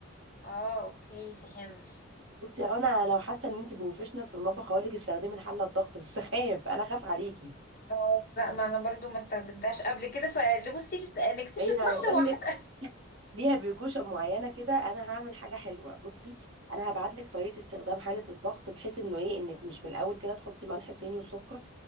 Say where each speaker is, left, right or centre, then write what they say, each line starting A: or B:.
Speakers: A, on the left; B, on the right.
A: اه اوكي فهمت
B: قلت يا رنا لو حاسه ان انت بروفيشنال في المطبخ هقول لك استخدمي الحله الضغط بس <laughs> خايف انا خاف عليكي
A: اه لا ما انا برضو ما استخدمتهاش قبل كده فبصي لسه نكتشف
B: هي
A: واحده
B: بقول
A: واحده
B: لك ليها بيركوشن معينه كده انا هعمل حاجه حلوه بصي انا هبعت لك طريقه استخدام حاله الضغط بحيث انه ايه انك مش من الاول كده تحطي ملح صيني وسكر